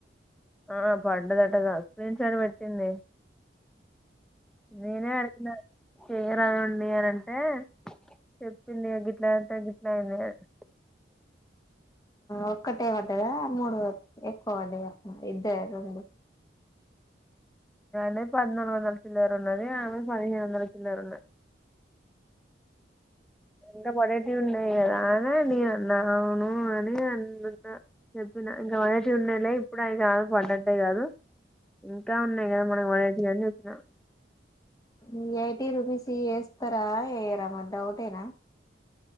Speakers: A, in the centre; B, on the left.
A: ఆ పడ్డధటగా స్క్రీన్ షాట్ పెట్టింది నేనె అరిచిన చేయరాండి అని అంటే చెప్పింది గిట్లా అంటే గిట్లా అయిందని అర్థం
B: ఒక్కటే పడ్డదా మూడు ఎక్కువ పడ్డాద ఇద్దరు రెండు
A: ను పదిలు వందల చిలర ఉన్నారుది ఆను పదిహేడు వందాలు చిలరు ఉన్నాం ఇంకా పడేటివి ఉన్నాయి కదా అ నేను అన్నావును అని అన్నా చెప్పినా ఇ అవి కాదు పడ్డనట్టే కాదు ఇంకా ఉన్నాయి కదా మనకు పడేటి అని చెప్పినా <inaudible>
B: ఈ ఎఇటి రుపీస్ ఎత్తారా వేయరా డౌటేనా